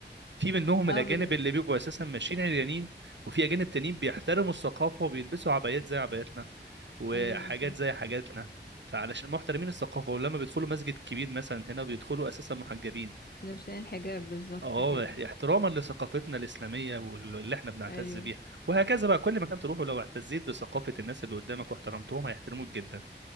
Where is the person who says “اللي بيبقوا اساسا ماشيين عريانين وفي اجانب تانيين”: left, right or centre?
Right